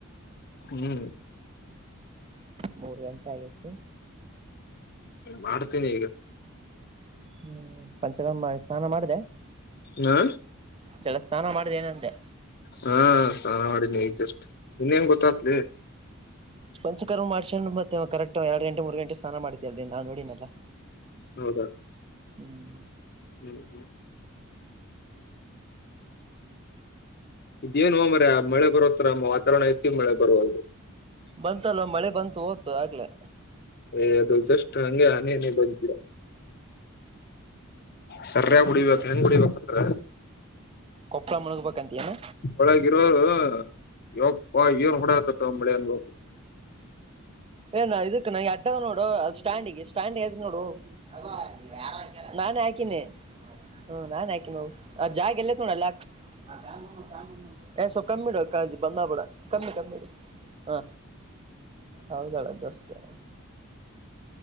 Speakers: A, on the left; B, on the right.
A: ಹು.
B: ಮೂರ್ ಗಂಟೆ ಆಗೈತಿ
A: ಮಾಡತೇನಿ ಇಗ.
B: ಹು ಪಂಚರಾಮ ಇಗ ಸ್ನಾನ ಮಾಡಿದ್ಯಾ
A: ಹಾ
B: ಜಲಸ್ನಾನ ಮಾಡ್ದ ಏನಂದ್ಯ
A: ಹಾ ಸ್ನಾನ ಮಾಡಿದೆ ಇಗ ಜಸ್ಟ್ ನಿಂಗ ಹೆಂಗ್ ಗೊತ್ತಾತಲೆ.
B: ಪಂಚಕರ್ಮ ಮಾಡ್ಸಕೊಂಡ ಮತ್ತೆ ಕರೆಕ್ಟ್ ಎರಡು ಗಂಟೆ ಮೂರು ಗಂಟೆ ಸ್ನಾನಾ ಮಾಡ್ತತಿಯಲ್ಲೇ ನಾ ನೋಡಿನಲ್ಲ.
A: ಹೌದಾ.
B: ಹ್ಮ್
A: ಹು ಹು ಇದೇಏನು ಮಾರಾಯ ಮಳೆ ಬರೋತರಾ ವಾತಾವರಣ ಐತಿ ಮಳ ಬರ್ವಲ್ಲದು.
B: ಬಂತಲ್ಲೊ ಮಳೆ ಬಂತು ಹೋತು ಆಗ್ಲೇ.
A: ಏ ಅದು ಜಸ್ಟ್ ಹಂಗೆ ಹನಿ ಹನಿ ಬಂತ ಸರಿಯಾಗಿ ಹೊಡಿಬೇಕು ಹೆಂಗ ಹೊಡಿಬೇಕು ಅಂದ್ರ
B: ಕೊಪ್ಪಳ ಮುಳಗಬೇಕು ಅತಿಯನು.
A: ಒಳಗಯಿರೋರು ಯಪ್ಪಾ ಏನ್ ಹೂಡ್ಯಾಕತ್ತೇತೋ ಮಳೆ ಅನಬೆಕು.
B: ಎ ನಾ ಇದಕ್ಕೆ ನ ಎಟ್ಟದ ನೋಡು ಸ್ಟ್ಯಾಂಡ್ಗೆ ಸ್ಟ್ಯಾಂಡ್ದ ನೋಡು. ತಮ್ಮಾ ಇಲ್ಲಿ ಯಾರ್ ಹಾಕ್ಯರ್ ನಾನು ಹಾಕಿನೆ ಹೌದನ ಹು ನಾನು ಹಾಕಿನ ಹೋಗ್. ಅದ್ ಜಾಗ ಎಲ್ಲ ಐತ ನೋಡ ಅಲ್ಲ ಹಾಕ್ ಆ ಪ್ಯಾನ್ ನೋಡ್ ಎ ಸ್ವ ಕಮ್ಮಿಡ ಬಂದವಬಿಡ. ಕಮ್ಮಿ ಕಮ್ಮಿ ಇಡ ಹ ಹೌದಲ ಜಾಸ್ತಿ